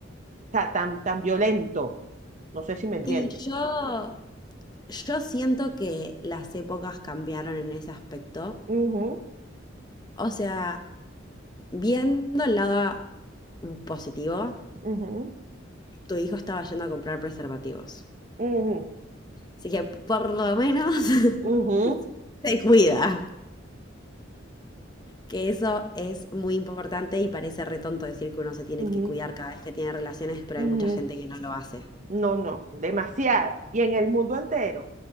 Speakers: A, on the right; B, on the left.
A: sea, tan, tan violento. No sé si me entiende.
B: Y yo, yo siento que las épocas cambiaron en ese aspecto.
A: Ujú,
B: O sea, viendo el lado positivo,
A: ujú,
B: tu hijo estaba yendo a comprar preservativos.
A: ujú,
B: Así que por lo menos
A: ujú,
B: <laughs> se cuida. Que eso es muy importante y parece retonto decir que uno se tiene
A: ujú,
B: que cuidar cada vez que tiene relaciones, pero
A: ujú.
B: hay mucha gente que no lo hace.
A: No, no, demasiada. Y en el mundo entero,